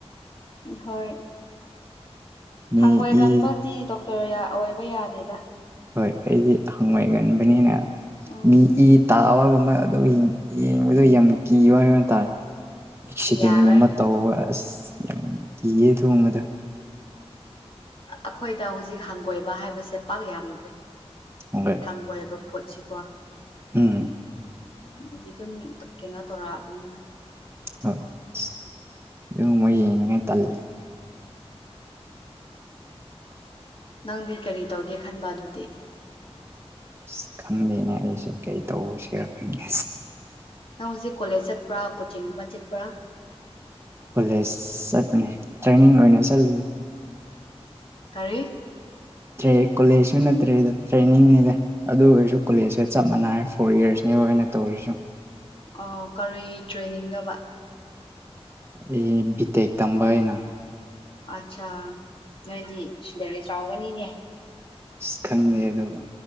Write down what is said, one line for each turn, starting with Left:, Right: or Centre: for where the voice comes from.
Left: ꯍꯣꯏ
Right: ꯃꯤ
Left: ꯍꯪꯒꯣꯏ ꯀꯟꯕꯗꯤ
Right: ꯏ
Left: ꯗꯣꯛꯇꯔ ꯑꯣꯏꯕ ꯌꯥꯗꯦꯗ
Right: ꯍꯣꯏ ꯑꯩꯗꯤ ꯍꯪꯑꯣꯣꯏꯒꯟꯕꯅꯤꯅ
Left: ꯎꯝ
Right: ꯃꯤ ꯏ ꯇꯥꯕꯒꯨꯝꯕ ꯑꯣ ꯌꯦꯡꯕꯗꯣ ꯌꯥꯝ ꯀꯤꯌ ꯍꯥꯏꯕ ꯇꯥꯔꯦ ꯑꯦꯛꯁꯤꯗꯦꯟꯒꯨꯝꯕ
Left: ꯌꯥꯔꯣꯏ
Right: ꯇꯧꯔ ꯑꯁ ꯌꯥꯝ ꯀꯤꯌꯦ ꯊꯣꯡꯕꯗ
Left: ꯑꯩꯈꯣꯏꯗ ꯍꯧꯖꯤꯛ ꯍꯪꯒꯣꯏꯕ ꯍꯥꯏꯕꯁꯦ ꯄꯥꯛ ꯌꯥꯝꯗ꯭ꯔꯦ
Right: ꯎ
Left: ꯍꯪ ꯀꯣꯏꯕ ꯄꯣꯠꯁꯤꯀꯣ
Right: ꯎꯝ
Left: ꯑꯗꯨ ꯑꯗꯨꯝ ꯀꯩꯅꯣ ꯇꯧꯔꯛꯑꯕꯅꯤꯅ
Right: ꯍꯣꯏ ꯑꯗꯨ ꯃꯣꯏ ꯌꯦꯡꯅꯤꯡꯉꯥꯏ ꯇꯜꯂꯦ
Left: ꯅꯪꯗꯤ ꯀꯔꯤ ꯇꯧꯒꯦ ꯈꯟꯕ ꯑꯗꯨꯗꯤ
Right: ꯑ ꯈꯟꯗꯦꯅꯦ ꯑꯩꯁꯦ ꯀꯩ ꯇꯧꯁꯤꯔꯛꯀꯅꯤ
Left: ꯅꯪ ꯍꯧꯖꯤꯛ ꯀꯣꯂꯦꯖ ꯆꯠꯄ꯭ꯔꯥ ꯀꯣꯆꯤꯡꯗꯨꯃ ꯆꯠꯄ꯭ꯔꯥ
Right: ꯀꯣꯂꯦꯖ ꯆꯠꯄꯅꯦ ꯇ꯭ꯔꯦꯅꯤꯡ ꯑꯣꯏꯅ ꯆꯠꯂ
Left: ꯀꯔꯤ
Right: ꯇ ꯀꯣꯂꯦꯖꯁꯨ ꯅꯠꯇ꯭ꯔꯦꯗ ꯇ꯭ꯔꯦꯅꯤꯡꯅꯤꯗ ꯑꯗꯨ ꯑꯣꯏꯔꯁꯨ ꯀꯣꯂꯦꯖꯀ ꯆꯞ ꯃꯥꯟꯅꯏꯦ ꯐꯣꯔ ꯏꯌꯥꯔꯁꯅꯤꯕ ꯑꯣꯏꯅ ꯇꯧꯔꯤꯁꯨ
Left: ꯑꯣ ꯀꯔꯤ ꯇ꯭ꯔꯦꯟꯅꯤꯡ ꯅꯣꯕꯥ
Right: ꯑꯦ ꯕꯤ ꯇꯦꯛ ꯇꯝꯕ ꯍꯥꯏꯅ
Left: ꯑꯠꯆꯥ ꯅꯣꯏꯗꯤ ꯁꯤꯂꯥꯔꯤ ꯆꯥꯎꯒꯅꯤꯅꯦ
Right: ꯑꯁ ꯈꯪꯗꯦ ꯑꯗꯨꯒ